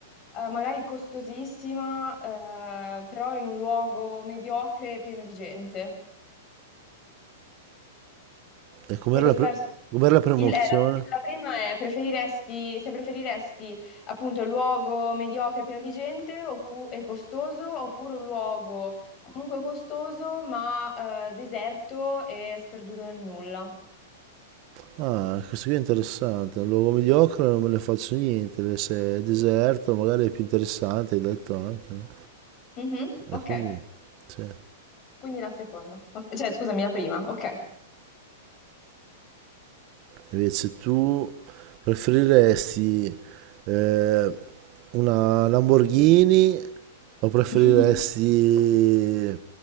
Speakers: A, on the left (about 25°); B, on the right (about 35°).
A: eh, magari costosissima, eh, però in un luogo mediocre e pieno di gente?
B: E
A: Quello
B: com'era
A: sperso.
B: la, pre- com'era la prima
A: Il- eh,
B: opzione?
A: la, la prima è preferiresti, se preferiresti appunto un luogo mediocre pieno di gente oppu- e costoso oppure un luogo comunque costoso ma eh, deserto e sperduto nel nulla.
B: Ah, questo qui è interessante. Un luogo mediocre non me ne faccio niente. Se è deserto, magari è più interessante, hai detto anche, no?
A: Mhm,
B: E
A: ok,
B: quindi, sì.
A: quindi la seconda. Ok, Cioè, scusami, la prima, ok.
B: Invece tu preferiresti eh, una Lamborghini o preferiresti
A: <laughs>